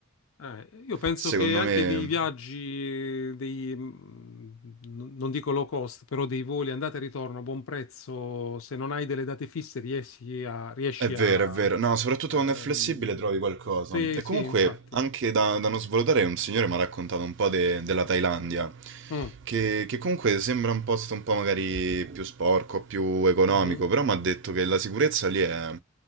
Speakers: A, on the left; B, on the right.
A: Eh, io penso
B: Secondo
A: che anche
B: me
A: dei viaggi, dei, mm, n- non dico low cost, però dei voli andata e ritorno a buon prezzo, se non hai delle date fisse riesci a... Riesci
B: È vero,
A: a
B: è vero. No, soprattutto
A: ehm,
B: quando è flessibile trovi qualcosa.
A: sì,
B: E
A: sì,
B: comunque,
A: infatti.
B: anche da, da non svalutare, un signore mi ha raccontato un po' de- della Thailandia,
A: Mm.
B: che, che comunque sembra un posto un po' magari più sporco, più economico,
A: Mhm.
B: però mi ha detto che la sicurezza lì è, è